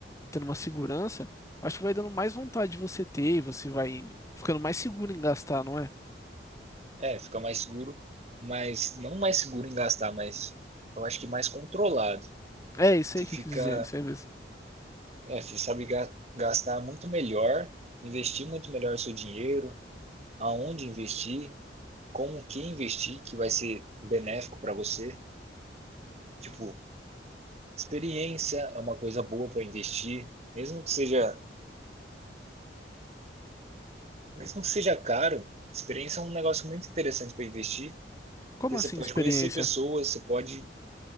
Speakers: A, on the left (about 15°); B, on the right (about 35°).
A: tendo uma segurança, acho que vai dando mais vontade de você ter e você vai ficando mais seguro em gastar, não é?
B: É, fica mais seguro, mas não mais seguro em gastar, mas eu acho que mais controlado.
A: É isso
B: Você
A: aí que
B: fica,
A: eu quis dizer, isso aí mesmo.
B: é, você sabe ga- gastar muito melhor, investir muito melhor o seu dinheiro, aonde investir, como que investir, que vai ser benéfico para você. Tipo, experiência é uma coisa boa para investir, mesmo que seja, mesmo que seja caro, experiência é um negócio muito interessante para investir.
A: Como
B: porque
A: assim
B: Você pode
A: experiência?
B: conhecer pessoas, você pode